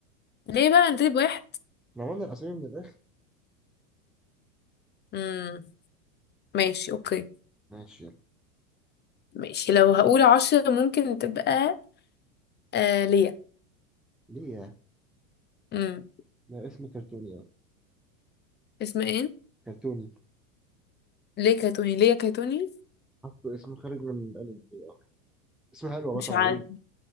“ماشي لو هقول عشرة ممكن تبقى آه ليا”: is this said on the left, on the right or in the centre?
Left